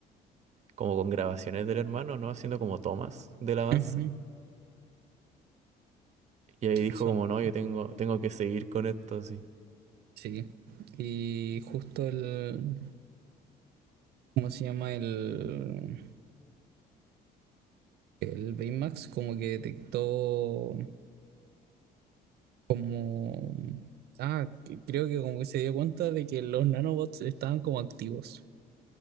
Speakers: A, on the right; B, on the right.
A: como con grabaciones del hermano, ¿no? Haciendo como tomas del avance.
B: ujú.
A: Y ahí dijo
B: Eso
A: como
B: mismo.
A: no, yo tengo, tengo que seguir con esto así.
B: Sí. Y justo el, ¿cómo se llama? El, el Baymax como que detectó como... Ah, que- creo que como que se dio cuenta de que los nanobots estaban como activos.